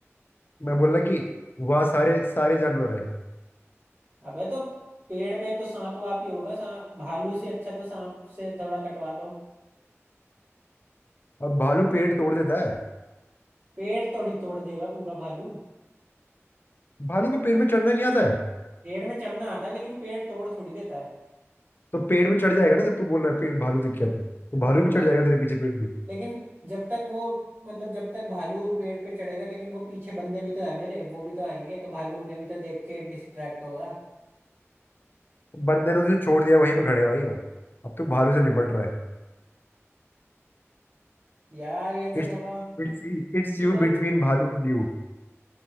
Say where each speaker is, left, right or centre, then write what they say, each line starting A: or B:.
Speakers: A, on the left (about 45°); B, on the right (about 45°).
A: मैं बोल रहा कि वहाँ सारे सारे जानवर है
B: अबे तो पेड़ पे तो सांप वाप ही होगा सांप भालू से अच्छा तो सांप से थोड़ा कटवा लो
A: और भालू पेड़ तोड़ देता है
B: पेड़ थोड़ी तोड़ देगा पूरा भालू
A: भालू को पेड़ में चढ़ना नहीं आता है
B: पेड़ में चढ़ना आता है लेकिन पेड़ तोड़ थोड़ी देता
A: तो पेड़ में चढ़ जाएगा ना जब तू बोल रहा है पेड़ भालू दिख गया तुझे, तो भालू भी चढ़
B: है
A: जाएगा तेरे पीछे पेड़ में
B: लेकिन जब तक वो मतलब जब तक भालू पेड़ पे चढ़ेगा लेकिन वो पीछे बंदे भी तो है मेरे वो भी तो आएंगे तो भालू उन्हें भी तो देख के डिस्ट्रैक्ट होगा
A: बंदे ने तुझे छोड़ दिया वहीं पे खड़े हैं भाई हो अब तू भालू से निपट रहा है
B: यार ये तो
A: It's
B: थोड़ा
A: it's it's
B: तू
A: you
B: तो
A: between भालू एंड यू